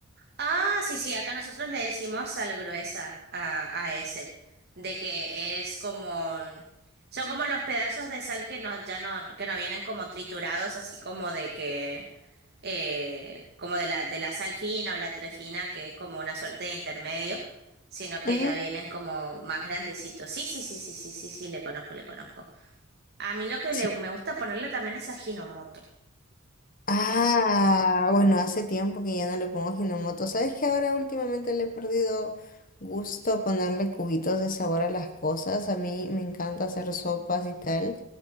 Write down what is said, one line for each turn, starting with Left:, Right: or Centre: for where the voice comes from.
Right: Ah, sí, sí, acá nosotros le decimos sal gruesa a, a ese, de que es como, mm, son como los pedazos de sal que no, ya no, que no vienen como triturados, así como de que eh, como de la, de la sal fina o la entrefina, que es como una suerte de intermedio, sino que
Left: Ujú,
Right: ya vienen como más grandecitos. Sí, sí, sí, sí, sí, sí, sí, le conozco, le conozco. A mí lo que
Left: Sí.
Right: le- me gusta ponerle también es ajinomoto.
Left: Ah, bueno, hace tiempo que ya no le pongo ginomoto. ¿Sabes que ahora últimamente le he perdido gusto a ponerle cubitos de sabor a las cosas? A mí me encanta hacer sopas y tal.